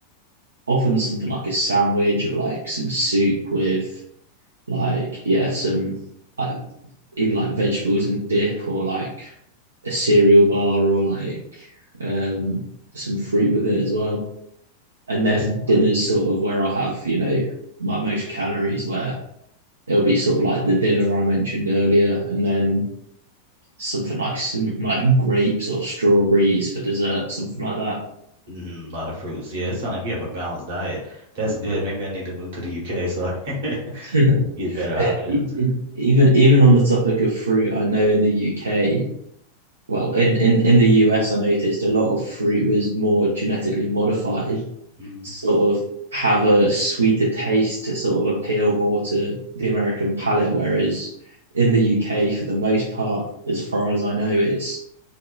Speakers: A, on the right; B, on the right.
A: often something like a sandwich or like some soup with like yeah some like either like vegetables and dip or like a cereal bar or like um, some fruit with it as well. And
B: That's
A: then
B: smart.
A: dinner's sort of where I'll have, you know, my most calories where it'll be sort of like the dinner I mentioned earlier and then something like some like grapes or strawberries for dessert, something like
B: hmm A lot of fruits. Yeah, it sounds like you have a balanced diet. That's good. Maybe I need to move to the UK so I can <laughs>
A: that.
B: get better options.
A: <laughs> even even even on the topic of fruit, I know in the UK, well, in, in, in the US I noticed a lot of fruit was more genetically modified
B: hmm
A: sort of have a sweeter taste to sort of appeal more to the American palate. Whereas in the UK, for the most part, as far as I know, it's